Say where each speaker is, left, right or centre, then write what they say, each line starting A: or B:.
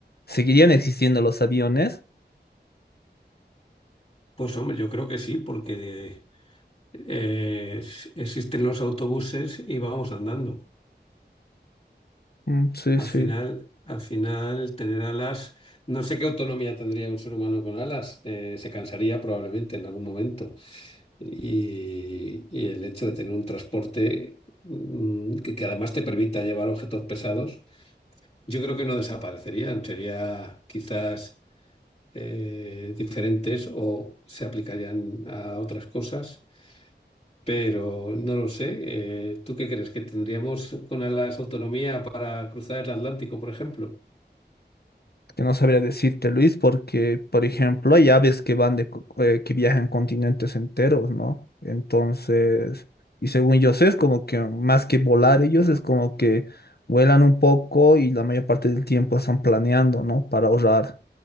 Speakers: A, on the left (about 60°); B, on the left (about 35°).
A: ¿Seguirían existiendo los aviones?
B: Pues hombre, yo creo que sí, porque eh, es- existen los autobuses y vamos andando.
A: Mm, sí,
B: Al
A: sí.
B: final, al final, tener alas, no sé qué autonomía tendría un ser humano con alas, eh, se cansaría probablemente en algún momento. Y, y el hecho de tener un transporte mm, que, que además te permita llevar objetos pesados, yo creo que no desaparecerían, sería quizás eh, diferentes o se aplicarían a otras cosas, pero no lo sé. Eh, ¿tú qué crees? ¿Que tendríamos con alas autonomía para cruzar el Atlántico, por ejemplo?
A: que no sabría decirte, Luis, porque, por ejemplo, hay aves que van de, co- eh, que viajan continentes enteros, ¿no? Entonces, y según yo sé, es como que más que volar ellos, es como que vuelan un poco y la mayor parte del tiempo están planeando, ¿no? Para ahorrar